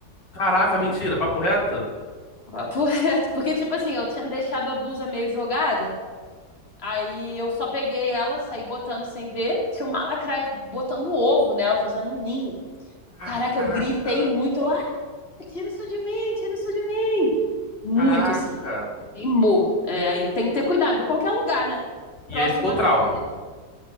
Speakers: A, on the left; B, on the left.
A: Caraca,
B: Eu dei
A: mentira,
B: um
A: papo reto?
B: papo <laughs> reto. Porque, tipo assim, eu tinha deixado a blusa meio jogada, aí eu só peguei ela, saí botando sem ver. Tinha uma lacraia botando um ovo nela, fazendo um ninho.
A: Caraca,
B: Caraca, eu gritei muito. Eu, ah, tira isso de mim, tira isso de mim. Muito,
A: caraca.
B: assim. Queimou. É, aí tem que ter cuidado em qualquer lugar, né?
A: E
B: Próxima
A: aí ficou o trauma.
B: natureza.